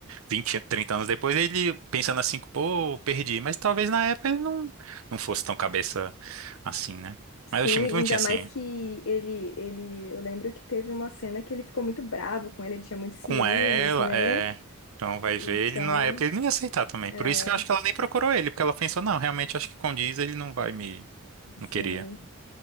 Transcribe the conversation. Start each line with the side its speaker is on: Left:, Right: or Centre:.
Right: vinte trinta anos depois, ele pensando assim, pô, perdi. Mas talvez na época ele não, não fosse tão cabeça assim, né?
Left: Sim,
Right: Mas eu achei muito bonitinho
Left: ainda
Right: assim.
Left: mais que ele, ele, eu lembro que teve uma cena que ele ficou muito bravo com ele, ele tinha muitos ciúmes,
Right: Com ela,
Left: né?
Right: é. Então vai ver,
Left: Então,
Right: ele na época ele não ia aceitar também.
Left: é,
Right: Por isso que eu acho que ela nem procurou ele, porque ela pensou, não, realmente acho que condiz, ele não vai me.
Left: sim,
Right: Não queria.